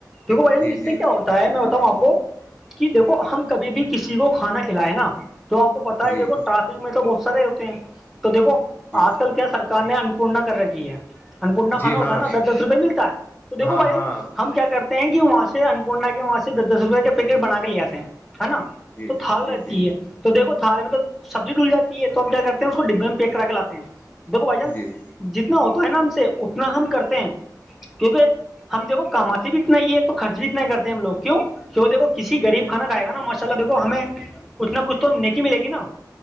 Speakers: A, in the centre; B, on the left.
A: دیکھو بھائی
B: جی
A: اس
B: جی
A: سے کیا ہوتا میں بتاؤں آپ کو کہ دیکو ہم کبھی بھی کسی کو کھانا کھلائے نا تو آپ کو پتا
B: جی
A: ہے دیکھو ٹریافک میں تو بہت سارے ہوتے ہیں تو دیکھو
B: جی
A: آج کل کیا سرار نے انپورنا کر ر <unintelligible> ہے انپورنا کھا
B: جی
A: ہوتا
B: ہاں
A: ہے نا دس دس روپئے ملتا ہے تو دیکھو
B: ہاں
A: بائین
B: ہاں
A: ہم کیا کرتے ہیں کہ وہاں سے اننپورنا کے وہاں سے دس دس روپئے کے پیکٹ بنا کے لے آتے ہیں ہے نا
B: جی
A: تو تھال
B: جی
A: رہتی
B: جی
A: ہے تو دیکو تھار میں تو سبزی ڈل جاتی ہے تو ہم کیا کرتے ہیں اس کو ڈبے میں پیک کرا کے لاتے ہیں دیکھو بھ جان
B: جی
A: جتنا ہوتا ہے نا ہم سے اتنا ہم کرتے ہیں کیونکہ ہم دیکو کماتے بھی اتنا ہی ہے تو خرچ بھی اتنا ہی کرتے ہیں ہم لوگ کیوں تو وہ دیکھو کسی غریب کھانا کھائے گا نا ماشاء اللہ دیکھو ہمیں کچھ نہ کچھ تو نیکی ملے گی نا